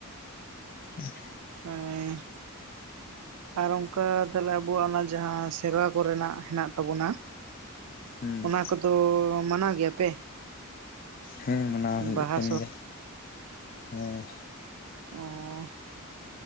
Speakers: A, on the left (about 40°); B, on the right (about 80°).
A: <unintelligible>
B: ᱦᱮᱸ᱾ ᱟᱨ ᱚᱝᱠᱟ ᱛᱟᱦᱚᱞᱮ ᱟᱵᱚᱣᱟᱜ ᱚᱱᱟ ᱡᱟᱦᱟᱸ ᱥᱮᱨᱣᱟ ᱠᱚᱨᱮᱱᱟᱜ ᱦᱮᱸᱱᱟᱜ ᱛᱟᱵᱚᱱᱟ᱾
A: ᱦᱩᱸ
B: ᱚᱱᱟ ᱠᱚᱫᱚ ᱢᱟᱱᱟᱣ ᱜᱮᱭᱟ ᱯᱮ?
A: ᱦᱮᱸ ᱢᱟᱱᱟᱣ ᱦᱩᱭᱩᱜ
B: ᱵᱟᱦᱟ
A: ᱛᱟᱦᱮᱸᱱ ᱜᱮᱭᱟ ᱦᱮᱸ᱾
B: ᱚᱸ᱾